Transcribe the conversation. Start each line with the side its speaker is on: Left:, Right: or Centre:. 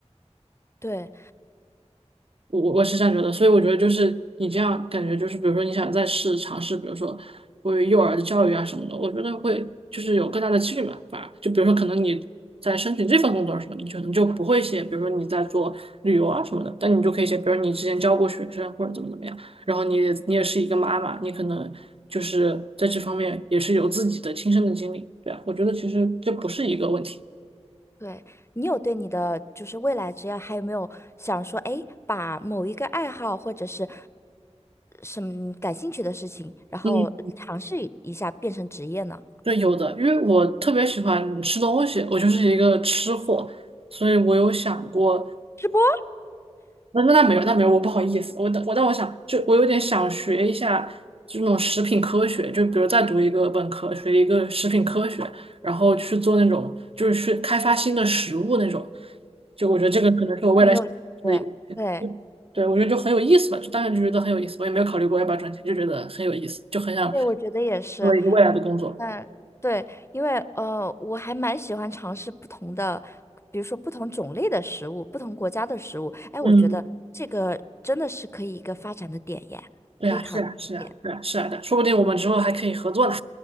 Left: 对
Right: 我我是这样觉得，所以我觉得就是你这样感觉就是，比如说你想再试尝试，比如说关于幼儿的教育啊什么的，我觉得会就是有更大的几率嘛，反而就比如说可能你在申请这份工作的时候，你可能就不会写，比如说你在做旅游啊什么的，但你就可以写，比如你之前教过学生或者怎么怎么样，然后你也你也是一个妈妈，你可能就是在这方面也是有自己的亲身的经历，对啊，我觉得其实这不是一个问题。
Left: 对，你有对你的就是未来职业还有没有想说，哎，把某一个爱好或者是什么感兴趣的事情，然后来尝试一下变成职业呢？
Right: 嗯。对，有的，因为我特别喜欢吃东西，我就是一个吃货，所以我有想过，
Left: 直播。
Right: 那那那没有，那没有，我不好意思，我但我但我想，就我有点想学一下这种食品科学，就比如再读一个本科，学一个食品科学，然后去做那种就是去开发新的食物那种，就我觉得这个可能是我未来想的一个
Left: 很有意思。对
Right: 对，我觉得就很有意思吧，就当时就觉得很有意思，我也没有考虑过要不要赚钱，就觉得很有意思，就很想
Left: 对，我觉得也是。
Right: 做一个未来的工作，
Left: 嗯，对，因为呃，我还蛮喜欢尝试不同的，比如说不同种类的食物，不同国家的食物。哎，
Right: 嗯。
Left: 我觉得这个真的是可以一个发展的点耶，
Right: 对啊，
Left: 可以考虑的点。
Right: 是啊，是啊，是啊，是啊的，说不定我们之后还可以合作呢。